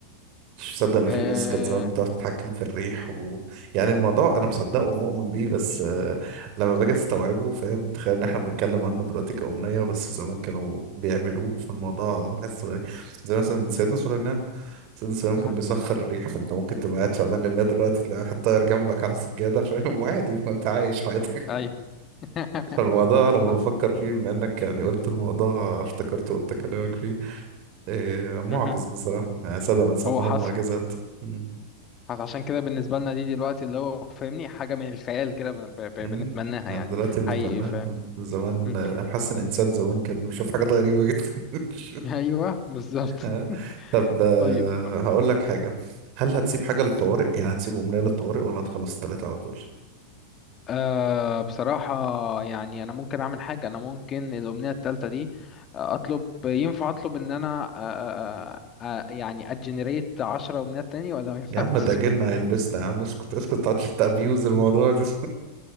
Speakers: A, on the right (about 40°); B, on the left (about 30°).
A: مش مصدق ان
B: آه،
A: في ناس كانت زمان بتعرف تتحكم في الريح و... يعني الموضوع انا مصدقه ومؤمن بيه بس آه،
B: م-
A: لما باجي استوعبه
B: م-
A: فاهم تخيل ان احنا بنتكلم عنه دلوقتي كأمنية بس زمان كانوا بيعملوه فالموضوع بحس غريب زي مثلا سيدنا سليمان سيدنا سليمان
B: أها.
A: كان بيسخر الريح فانت ممكن تبقى قاعد في امان الله دلوقتي تلاقي واحد طاير جنبك على السجادة فاهم <laughs> وعادي انت عايش حياتك
B: ايوه <laughs>
A: الموضوع لما بفكر فيه بما انك يعني قلت الموضوع افتكرته قلت كلامك فيه إيه معجز
B: مهم.
A: بصراحة يعني صدق من سماهم
B: هو حصل
A: معجزات مم.
B: بس عشان كده بالنسبة لنا دي دلوقتي اللي هو فاهمني حاجة من الخيال كده بن- ب- ب-
A: مم.
B: بنتمناها
A: احنا
B: يعني
A: دلوقتي بنتمناها
B: حقيقي ف
A: زمان
B: <laughs>
A: آه، حاسس ان الانسان زمان كان بيشوف حاجات غريبة جدا <laughs>
B: ايوه بالظبط
A: آه،
B: <laughs>
A: طب آه،
B: طيب
A: هقول لك حاجة هل هتسيب حاجة للطوارئ يعني هتسيب أمنية للطوارئ ولا هتخلص التلاتة على طول
B: أه بصراحة يعني أنا ممكن أعمل حاجة أنا ممكن الأمنية التالتة دي آه، أطلب ينفع أطلب إن أنا آه، آه، آه، آه، يعني أجنريت عشرة أمنيات تاني ولا ما ينفعش؟
A: يا عم ده جنة هيلبسنا يا عم اسكت اسكت متقعدش تأبيوز الموضوع ده